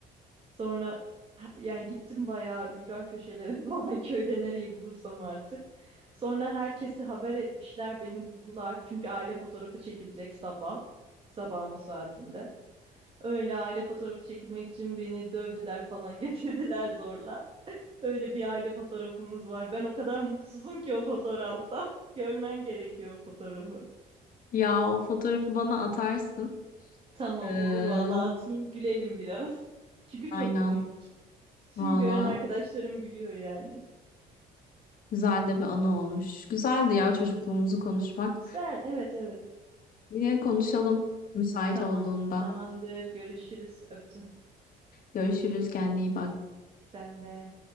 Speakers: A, on the right; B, on the left.
A: Sonra ha- yani gittim bayağı ücra köşelere <laughs> falan köyde nereyi bulursam artık. Sonra herkesi haber etmişler, beni buldular. Çünkü aile fotoğrafı çekilecek sabah, sabahın o saatinde. Öyle aile fotoğrafı çekilmek için beni dövdüler falan <laughs> getirdiler zorla. Öyle bir aile fotoğrafımız var. Ben o kadar mutsuzum ki o fotoğrafta. <laughs> Görmen gerekiyor o fotoğrafı.
B: Ya o fotoğrafı bana atarsın.
A: Tamam
B: Ee,
A: olur vallahi atayım gülelim biraz. Çünkü
B: aynen.
A: çok komik. Tüm
B: Valla
A: gören arkadaşlarım gülüyor yani.
B: güzel de bir anı olmuş. Güzeldi ya çocukluğumuzu konuşmak.
A: Güzel. Evet evet.
B: Yine konuşalım müsait
A: Tamam.
B: olduğunda.
A: Tamamdır. Görüşürüz. Öptüm.
B: Görüşürüz. Kendine iyi bak.
A: Sen de.